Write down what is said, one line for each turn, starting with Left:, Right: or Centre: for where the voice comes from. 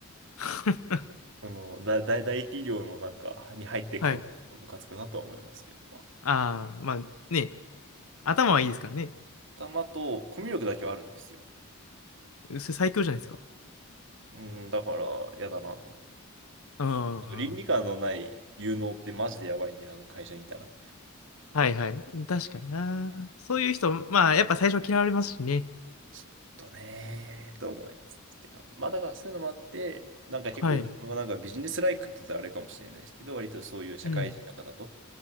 Left: <laughs>
Right: その、だ、大大企業のなんか、に入っていくと思うとムカつくなとは思いますけど、
Left: はい。
Right: まあ、
Left: あー、まあね、頭はいいですからね。
Right: 頭とコミュ力だけはあるんですよ。
Left: それ最強じゃないですか。
Right: うん、だから、嫌だなと思って。
Left: うん。
Right: あの、倫理観のない有能ってマジでやばいんで、多分会社にいたら。
Left: はいはい。確かにな。そういう人、まあ、やっぱ最初嫌われますしね。
Right: ちょっとねーと思いつつって感じ。まあだからそういうのもあって、なんか結構自分はなんかビジネスライクって言ったらあれかもしれないですけど、
Left: はい。
Right: 割とそういう社会人の方と
Left: うん。